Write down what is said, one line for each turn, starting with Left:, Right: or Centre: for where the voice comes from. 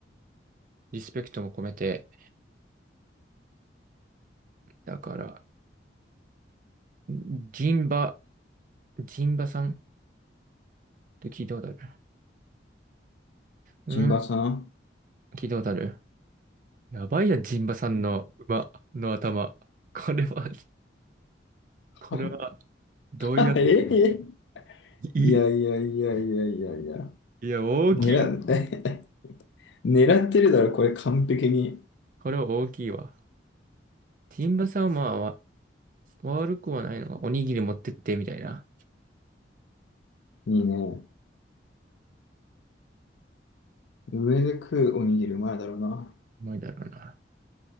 Right: リスペクトも込めて、だから、ジンバ、ジンバさんって聞いたことある。うん、
Left: チンバさん。
Right: 聞いたことある。やばいや、ジンバさんの馬の頭。これは、これは、
Left: あ
Right: どうやって、
Left: <laughs> ええ
Right: い
Left: いやいやいやいやいやいや。
Right: いいや、大きい。
Left: 狙っ、<laughs> 狙ってるだろ、これ完璧に。
Right: これは大きいわ。ジンバさんはまあ、わ悪くはないのが、おにぎり持ってって、みたいな。
Left: いいね。上で食うおにぎりうまいだろうな。
Right: 重いだろうな。